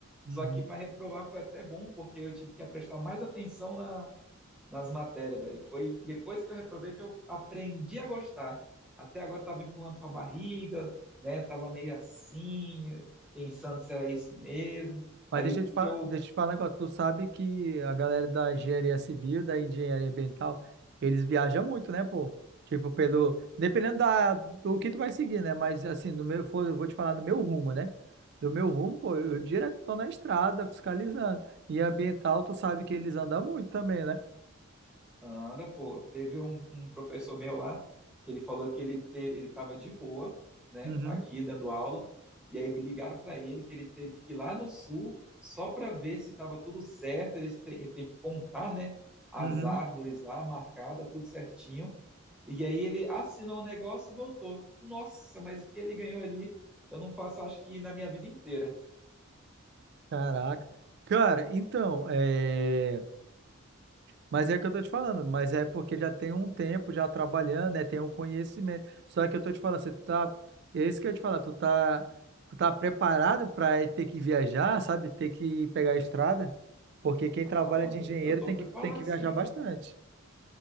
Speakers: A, on the right; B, in the centre.
A: uhum.
B: Só que para reprovar foi até bom, porque eu tive que prestar mais atenção na- nas matérias, velho. Foi depois que eu reprovei que eu aprendi a gostar. Até agora eu estava empurrando com a barriga, né? Tava meio assim, pensando se era isso mesmo. Aí
A: Mas deixa eu te
B: que
A: falar,
B: eu
A: deixa eu te falar um negócio. Tu sabe que a galera da engenharia civil, da engenharia ambiental, eles viajam muito, né, pô? Tipo, pelo. Dependendo da, do que tu vai seguir, né? Mas assim, no meu, for- eu vou te falar no meu rumo, né? Do meu rumo, pô, eu direto tô na estrada fiscalizando. E ambiental, tu sabe que eles andam muito também, né?
B: Anda, pô. Teve um, um professor meu lá, que ele falou que ele teve, ele estava de boa, né,
A: Uhum,
B: aqui dando aula, e aí me ligaram para ele que ele teve que ir lá no sul só para ver se estava tudo certo. Eles têm, ele tem que contar, né, as
A: uhum.
B: árvores lá marcada, tudo certinho. E aí ele assinou o negócio e voltou. Nossa, mas o que ele ganhou ali, eu não faço, acho que na minha vida inteira.
A: Caraca. Cara, então, é. Mas é o que eu tô te falando, mas é porque já tem um tempo já trabalhando, né? Tem um conhecimento. Só que eu tô te falando, você tá. É isso que eu ia te falar, tu tá, tu tá preparado para ter que viajar, sabe? Ter que pegar a estrada? Porque quem
B: Ah,
A: trabalha
B: mano,
A: de engenheiro
B: eu tô
A: tem
B: preparado
A: que, tem que viajar
B: sim.
A: bastante.